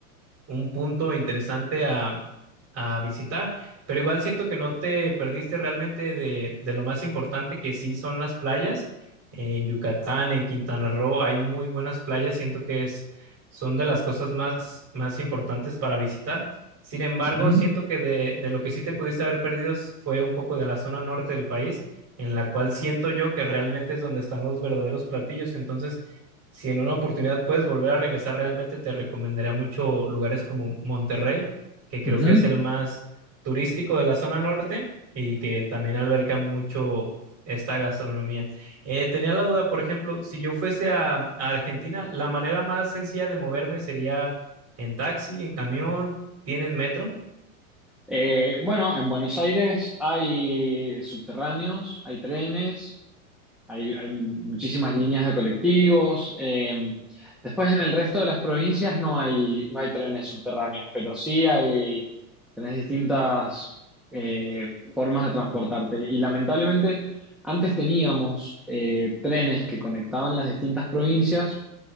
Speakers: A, on the right; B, in the centre.
A: un punto interesante a, a visitar, pero igual siento que no te perdiste realmente de, de lo más importante que sí son las playas. En Yucatán, en Quintana Roo, hay muy buenas playas, siento que es, son de las cosas más, más importantes para visitar. Sin embargo,
B: ujú,
A: siento que de, de lo que sí te pudiste haber perdido fue un poco de la zona norte del país, en la cual siento yo que realmente es donde están los verdaderos platillos. Entonces, si en una oportunidad puedes volver a regresar realmente, te recomendaría mucho lugares como Monterrey, que creo
B: ujú.
A: que es el más turístico de la zona norte y que también alberga mucho esta gastronomía. Eh, tenía la duda, por ejemplo, si yo fuese a, a Argentina, la manera más sencilla de moverme sería en taxi, en camión, ¿tienen metro?
B: Eh, bueno, en Buenos Aires hay subterráneos, hay trenes, Hay, hay muchísimas líneas de colectivos. eh, después en el resto de las provincias no hay, no hay trenes subterráneos, pero sí hay, tenés distintas eh, formas de transportarte. Y lamentablemente antes teníamos eh, trenes que conectaban las distintas provincias,